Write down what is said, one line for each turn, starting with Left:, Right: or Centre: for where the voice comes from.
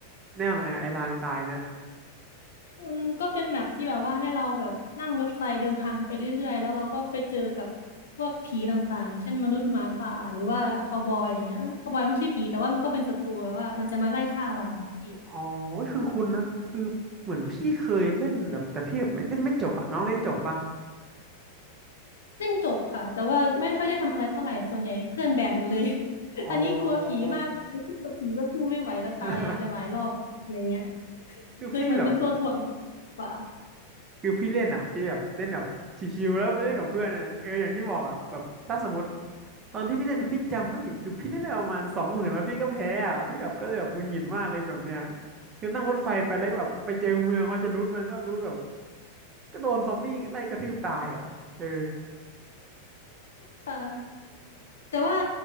Right: แนวไหนอะไอ้ลางตายเนี่ย
Left: มันก็เป็นแมปที่แบบว่าให้เราแบบนั่งรถไฟเดินทางไปเรื่อยๆแล้วเราก็ไปเจอกับพวกผีต่างๆเช่นมนุษย์หมาป่าหรือว่าคาวบอยอย่างเงี้ยคาวบอยไม่ใช่ผีแต่ว่ามันก็เป็นศัตรูแบบว่ามันจะมาไล่ฆ่าเรานะคะพี่
Right: อ๋อคือคุณนะคือเหมือนพี่เคยเล่นแบบแต่พี่แบบไม่เล่นไม่จบอ่ะน้องเล่นจบปะ
Left: เล่นจบค่ะแต่ว่าไม่ค่อยได้ทำอะไรเท่าไหร่ส่วนใหญ่เพื่อนแบกหมดเลย <laughs>
Right: อ๋อ
Left: อันนี้กลัวผีมากไปสู้กับผีก็สู้ไม่ไหวแล้วตายหลายๆรอบอะไรเงี้ย
Right: <laughs> คือพี่แบบ
Left: เลยเหมือนเป็นตัวถ่วงกว่า
Right: คือพี่เล่นอ่ะพี่แบบเล่นแบบชิวๆแล้วไปเล่นกับเพื่อนอะเอออย่างที่บอกอ่ะแบบถ้าสมมติตอนที่พี่เล่นอะพี่จำไม่ผิดคือพี่เล่นได้ประมาณสองหมื่นแล้วพี่ก็แพ้อ่ะพี่แบบก็เลยแบบหงุนหงิดมากเลยแบบเนี้ยคือนั่งรถไฟไปแล้วก็แบบไปเจอเมืองพอจะรูดเมืองก็รูดแบบก็โดนซอมบี้ไล่กระทืบตายอ่ะเออ
Left: ค่ะ แต่ว่า